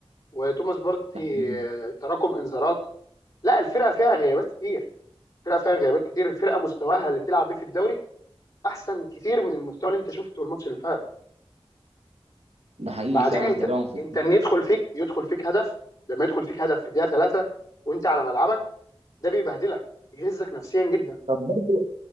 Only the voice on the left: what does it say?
وتوماس بارتي
آه، تراكم انذارات لا الفرقه فيها غيابات كتير الفرقه فيها غيابات كتير الفرقه مستواها اللي بتلعب بيه في الدوري احسن كتير من المستوى اللي انت شفته الماتش اللي فات
بعدين
انت
انت
ان يدخل فيك يدخل فيك هدف لما يدخل فيك هدف في الدقيقه 3 وانت على ملعبك ده بيبهدلك يهزك نفسيا جدا